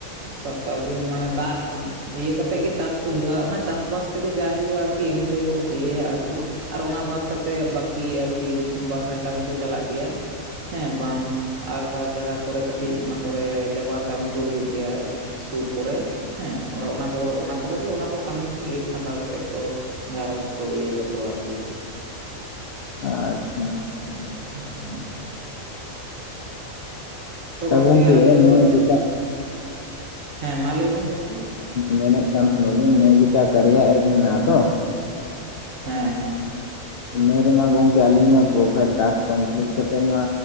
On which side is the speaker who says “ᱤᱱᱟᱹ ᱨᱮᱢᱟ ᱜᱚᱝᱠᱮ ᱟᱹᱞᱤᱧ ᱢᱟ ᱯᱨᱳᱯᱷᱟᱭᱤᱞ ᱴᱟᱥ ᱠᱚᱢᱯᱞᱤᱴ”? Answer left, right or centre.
Left